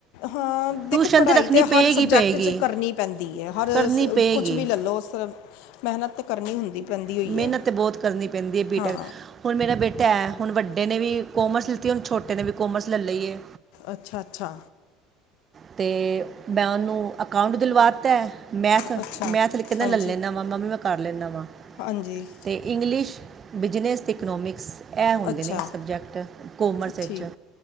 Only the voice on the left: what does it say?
ਹਾਂ ਦੇਖੋ
ਪੜ੍ਹਾਈ
ਤੇ
ਹਰ ਸਬਜੈਕਟ
'ਚ ਕਰਨੀ ਪੈਂਦੀ ਹੈ ਹਰ
ਕੁਛ ਵੀ ਲੈ ਲਓ ਮਿਹਨਤ ਤੇ ਕਰਨੀ ਹੁੰਦੀ ਪੈਂਦੀ ਹੋਈ
ਹੈ
ਹਾਂ
ਅੱਛਾ ਅੱਛਾ
ਅੱਛਾ
ਹਾਂਜੀ
ਹਾਂਜੀ
ਅੱਛਾ
ਠੀਕ